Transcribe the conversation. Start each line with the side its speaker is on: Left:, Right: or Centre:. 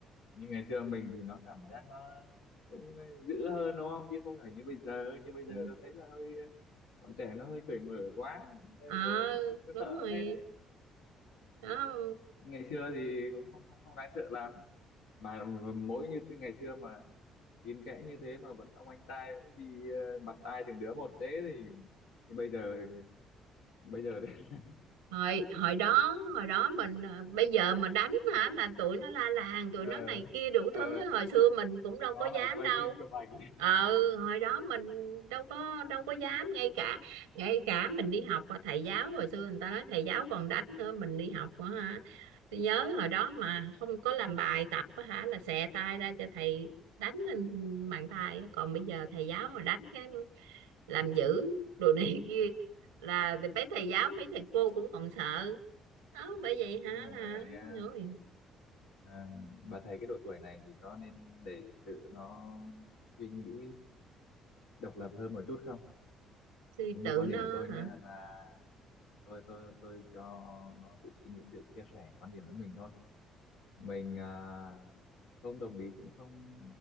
Left: nhưng ngày xưa mình thì nó cảm giác nó cũng dữ hơn đúng không chứ không phải như bây giờ như bây giờ
Right: Ừ.
Left: tôi thấy là hơi bọn trẻ nó hơi cởi mở quá nên
Right: ờ
Left: là cũng
Right: đúng
Left: sợ
Right: rồi
Left: phết đấy
Right: đó
Left: ngày xưa thì cũng không không không đáng sợ lắm mà mỗi như ngày xưa mà kín kẽ như thế mà vẫn ông anh trai vẫn đi ờ, bặt tai từng đứa một thế thì, thì bây giờ bây giờ <laughs> thì
Right: hồi hồi đó hồi đó mình à, bây giờ mà đánh hả là tụi nó la làng tụi
Left: ờ
Right: nó này kia đủ
Left: ờ
Right: thứ á. hồi xưa mình cũng đâu
Left: nó
Right: có dám
Left: lại quay
Right: đâu
Left: phim chụp ảnh
Right: ờ hồi đó mình đâu có đâu có dám ngay cả ngay cả mình đi học á, thầy giáo hồi xưa người ta nói thầy giáo còn đánh nữa mình đi học á hả tôi nhớ hồi đó mà không có làm bài tập á hả là xẹ tay ra cho thầy đánh lên bàn tay á. còn bây giờ thầy giáo mà đánh cái làm dữ đồ này <laughs> kia là mấy thầy giáo mấy thầy cô cũng còn sợ đó bởi vậy
Left: <laughs>
Right: hả
Left: nhưng mà
Right: là
Left: bà thấy à,
Right: rồi
Left: À, bà thấy cái độ tuổi này thì có nên để tự nó suy nghĩ độc lập hơn một chút không?
Right: suy
Left: Như
Right: tự
Left: quan điểm
Right: nó
Left: của tôi nhá
Right: hả
Left: là tôi tôi tôi cho nó tự suy nghĩ, tự chia sẻ quan điểm với mình thôi. Mình à, không đồng ý cũng không